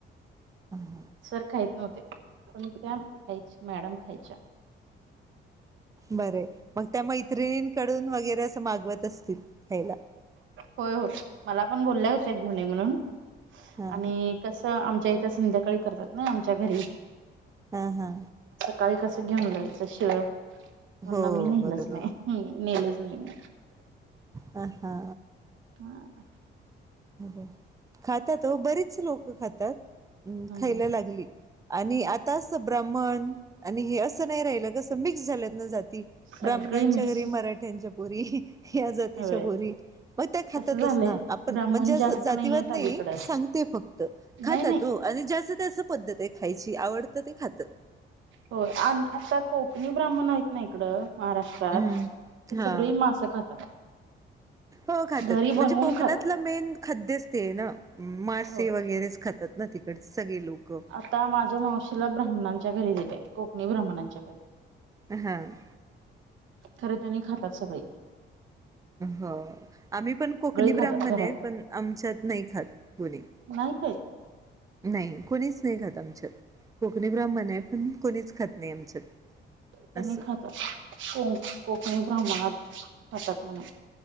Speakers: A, on the right; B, on the right.
A: हम.
B: सर खायत नव्हते, पण त्या खायच्या मॅडम खायच्या.
A: बरे! मग त्या मैत्रिणींकडून वगैरे असं मागवत असतील ख्यायला?
B: होय होय मला पण बोलल्या होत्या घेऊन ये म्हणून,
A: हा
B: आणि कस आमच्या इ संध्याकाळी करतात ना आमच्या घरी.
A: ह ह.
B: काळी कसं घेऊन जायचं शिळ. म्हणून
A: हो
B: आम्ही नेलंच
A: बरोबर
B: नाही हम्म नेलंच नाही मग
A: हा
B: हा.
A: अ खातात ओ! बरीच लोक खातात. हम् खायला
B: हम्म
A: लागली. आणि आता असं ब्राह्मण आणि हे असं नाही राहिलं, कसं मिक्स झाल्यात ना जात
B: सगळी
A: ब्राहमणांच्या
B: मिक्स
A: घरी मराठ्यांच्या पोरी या जातीच्या
B: होय
A: पोरी मग त्या खातातच
B: कसं झालंय
A: ना. आपण
B: ब्राह्मण
A: म्हणजे अस
B: जास्त
A: जातीवाद
B: नाहीयेत
A: नाही,
B: अलीकडं
A: सांगते फक्त, खातात
B: नाही नाही
A: हो आणि ज्याचं त्याचं पद्धत खायची, आवडत ते खातं
B: होय आण आता कोकणी ब्राह्मण आहेत ना इकडं महाराष्ट्रात
A: हम्
B: ते
A: हा
B: सगळी मासं खातात
A: हो खातात
B: घरी
A: म्हणजे
B: बनवून
A: कोकणातला
B: खातात
A: मेन खाद्यच ते ना मासे
B: होय
A: वगैरेच खातात ना तिकड सगळे लोक
B: आता माझ्या मावशीला ब्राह्मणांच्या घरी दिले कोकणी ब्राह्मणांच्याकडे
A: हम्
B: खर कणी खातात सगळे
A: हो आम्ही पण कोकणी ब्राह्मण
B: खातात घरातले
A: आहे पण आमच्यात नाही खात कोणी.
B: नाही खात
A: नाही, कोणीच नाही खात आमच्यात. कोकणी ब्राह्मण आहे पण कोणीच तज्ञांच
B: त्यांनी
A: असं
B: खातात को कोकणी ब्राह्मणात, खातात म्हणे